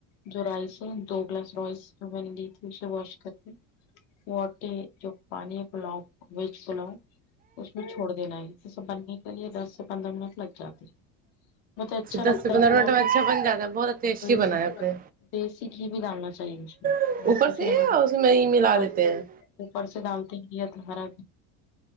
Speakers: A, on the left; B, on the right.
A: جو رائس ہے دو گلاس رائس جو میں نے لی تھی اسے واش کر کے وٹے جو پانی کو پولاؤ ویج پولاؤ اس میں چھوڑ دینا ہے یہ سب بننے کے لیے دس سے پندرہ منٹ لگ جاتے مجھے اچھا لگتا
B: دس سے پندرہ
A: ہے پولو
B: منٹ میں اچھا بن جاتا ہے بہت ٹیسٹی
A: کے اسمے
B: بنایا آپ نے
A: دیسی گھی بھی ڈالنا چاہیے مجھ میں
B: اوپر
A: اور تو
B: سے
A: پھر ہم
B: اور اس میں ہی ملا دیتے ہیں
A: اوپر سے ڈالتے ہیں تو ہرا